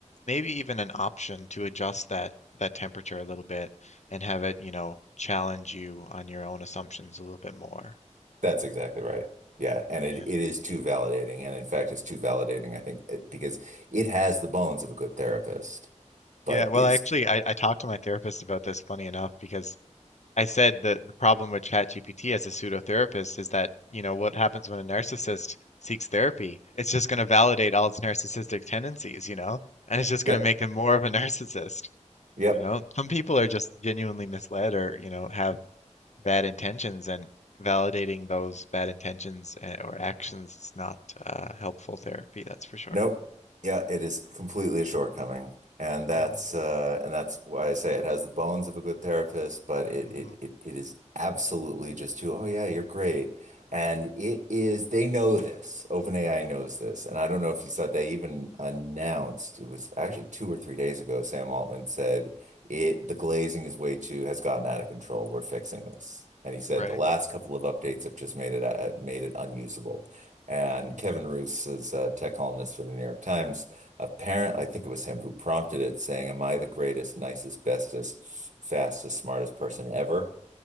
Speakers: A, on the left; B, on the right.
A: maybe even an option to adjust that that temperature a little bit and have it, you know, challenge you on your own assumptions a little bit more.
B: That's exactly right. Yeah, and it,
A: Yeah.
B: it is too validating, and in fact, it's too validating, I think, it- because it has the bones of a good therapist, but
A: Yeah. Well,
B: it's
A: actually, I, I talked to my therapist about this, funny enough, because I said that the problem with ChatGPT as a pseudotherapist is that, you know, what happens when a narcissist seeks therapy? It's just going to validate all its narcissistic tendencies, you know, and it's just
B: yep,
A: going to make them more of a <laughs> narcissist.
B: yep.
A: You know, some people are just genuinely misled or, you know, have bad intentions and validating those bad intentions a- or actions is not uh, helpful therapy, that's for sure.
B: Nope. Yeah, it is completely a shortcoming. And that's
A: hmm
B: uh and that's why I say it has the bones of a good therapist, but it
A: hmm
B: it it, it is absolutely just too, oh yeah, you're great. And it is they know this. OpenAI knows this. And I don't know if you saw they even announced it was actually two or three days ago, Sam Altman said it the glazing is way too has gotten out of control. We're fixing this. And he said
A: Right.
B: the last couple of updates have just made it uh, made it unusable. And
A: Okay.
B: Kevin Roose is a tech columnist for the New York Times. Apparently, I think it was him who prompted it, saying, Am I the greatest, nicest, bestest, fastest, smartest person ever?